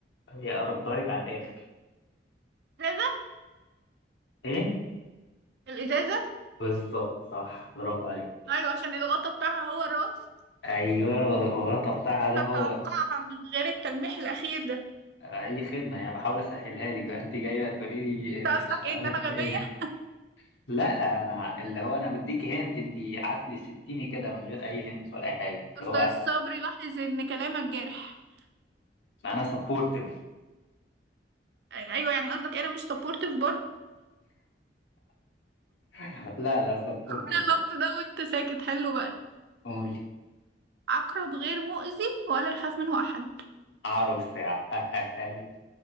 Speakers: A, on the left; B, on the right.
A: هي قربتها لك على الآخر
B: ده؟
A: إيه
B: الإزازة
A: بالظبط صح برافو عليك
B: أيوة عشان الغطا بتاعها هو الراس
A: أيوه الغطا بتاعها
B: مش
A: ده
B: هتوقعها
A: هو
B: من غير التلميح الأخير ده
A: أي خدمة يعني بحاول أسهلها لك بقى أنت جاية تقولي لي
B: أنت قصدك
A: آه، مش عارف
B: إيه إن أنا
A: إيه
B: غبية؟
A: لا انا اللي هو انا بديك هنت انت قعدت تسبتيني كده من غير اي هنت ولا اي حاجه اللي
B: أستاذ
A: هو
B: صبري لاحظ إن كلامك جارح
A: ما انا سبورتيف
B: أيوة يعني قصدك إيه، أنا مش سبورتيف برضه
A: <laughs> لا لا سبورتيف
B: كل اللفظ
A: طب
B: ده وأنت ساكت حلو بقى
A: قول
B: عقرب غير مؤذي ولا يخاف منه أحد
A: عقرب الساعه <laughs>